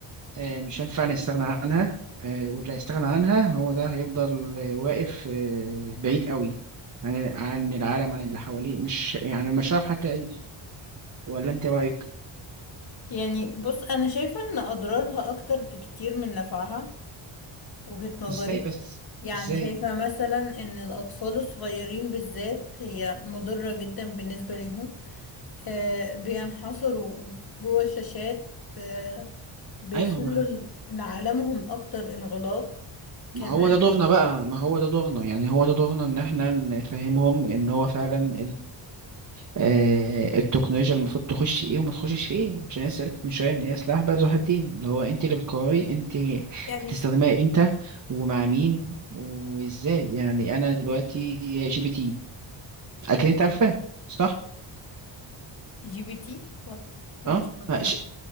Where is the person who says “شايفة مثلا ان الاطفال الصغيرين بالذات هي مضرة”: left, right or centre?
Left